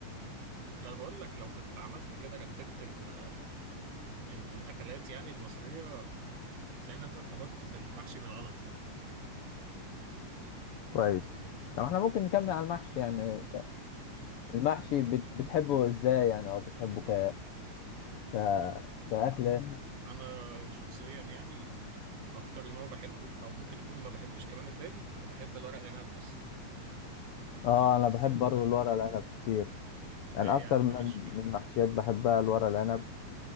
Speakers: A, on the right (about 85°); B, on the left (about 80°).
A: انت بقول لك لو كنت عملت كده رتبت ال ال الاكلات يعني المصريه تلاقي نفسك خبطت في المحشي بالغلط يعني
B: كويس طب احنا ممكن نكمل على المحشي يعني المحشي بت- بتحبه ازاي يعني او بتحبه ك ك كأكلة
A: انا شخصيا يعني اكتر نوع بحبه او ممكن اكون ما بحبش كمان الباقي انا بحب الورق العنب بس
B: اه انا
A: بس
B: بحب
A: ال-
B: برضه الورق العنب كتير
A: الباقي
B: يعني اكتر
A: يعني
B: من
A: ماليش فيه
B: من محشيات بحبها الورق العنب